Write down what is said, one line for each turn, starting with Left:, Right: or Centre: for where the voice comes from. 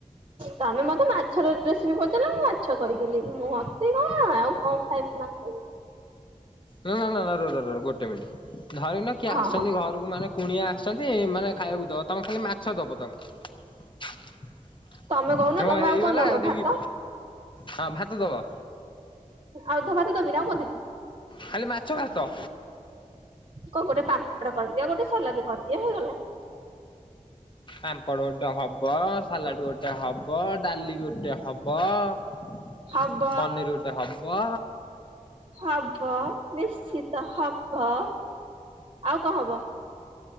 Right: ତମେ ମତେ ମାଛର ରେସିପି ପଚାରିଲ ମୁଁ ମାଛ କହିଦେଲିି ମୁଁ ମତି କଣ ଜ ଆଉ କଣ ଖାଇ <inaudible>
Left: ନା ନା ନା ନା ରୋ ରୋ ରୋ ଗୋଟେ ମିନଟ ଧରନିଅ କିଏ
Right: ହଁ
Left: ଆସିଛନ୍ତି
Right: ହଁ
Left: ଘର ରକୁ ମାନେ କୁଣିଆ ଆସିଛନ୍ତି ମାନେ ଖାଇବାକୁ ଦବ ତମେ ଖାଲି ମାଛ ଦବ ତାଙ୍କୁ।
Right: ତମେ କହୁନା
Left: ତମ
Right: ତମେ
Left: ହେଇଗଲା
Right: ଆଉ କଣ ଦବ
Left: ନେଇକି
Right: ଭାତ
Left: ହଁ ଭାତ ଦବ।
Right: ଆଉ ଧବା ତ ଦବିନି ଆଉ କନ୍ ଦେବି।
Left: ଖାଲି ମାଛ, ଭାତ।
Right: କ ଗୋଟେ ପାମ୍ପଡ କରିଦିଅ ଗୋଟେ ସଲାଦ କରିଦିଅ ହେଇଗଲା।
Left: ପାମ୍ପଡ ଗୋଟେ ହବ, ସାଲାଡ ଗୋଟେ ହବ, ଡାଲି ଗୋଟେ ହବ ବ
Right: ହବ
Left: ପନିର ଗୋଟେ ହବ।
Right: ହବ ନିଶ୍ଚିତ ହବ ଆଉ କଣ ହବ?